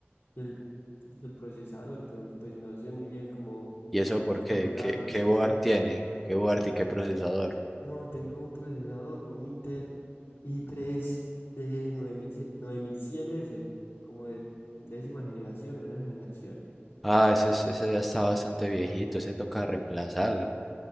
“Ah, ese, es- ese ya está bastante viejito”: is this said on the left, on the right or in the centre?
Centre